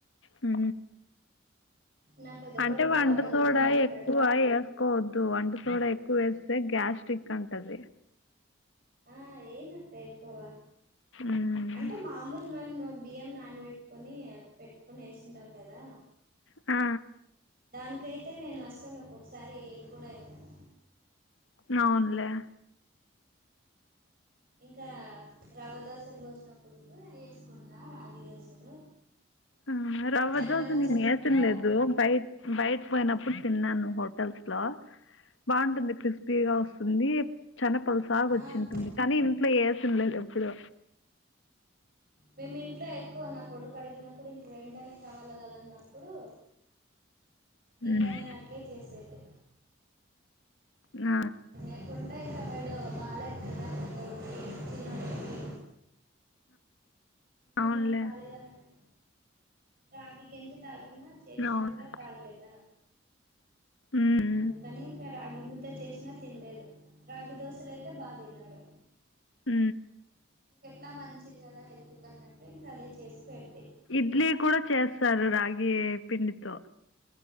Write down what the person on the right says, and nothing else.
నా పెద్ద
కొడుకు
అడుగుతూనే
ఉంటాడు
ఆ ఏయ్ నక్క ఎక్కువ
అంటే మామూలు మేము బియ్యం నాన్ పెట్టుకొని పెట్టుకొని వేసింటాం కదా
దానికైతే నేను అస్సలు ఒక్కొక్కసారి వేయన్ కూడా వేయన్
ఇంకా రవ్వ దోశలు పోసినప్పుడు వేసుకుంటా రాగి దోశలు
జొన్న
దోశలు
కూడా
ఆ
బాగుం
మేము ఇంట్లో ఎక్కువ నా కొడుకు అడిగిన ఇప్పుడు ఇంక వెంటనే కావాలి కద అన్నప్పుడు
ఇంకా నేను అట్లే చేసేది
లేకుంటే ఇక వీడు బాగోలేదు కదా పెద్దోడికి చిన్నోడుకి చిన్నోనికి
బాలేదు అన్నాగ రాగి గింజ తాగిన చేసిన
కూడ తాగలేదా
అందుకని ఇంక రాగి ముద్ద చేసిన తిిన లేదు రాగి దోశల అయితే బాగ తిన్నాడు
ఇంకెట్లా మంచిది కదా హెల్త్ కి అన్నట్టు ఇంకా అదే చేసి పెడితే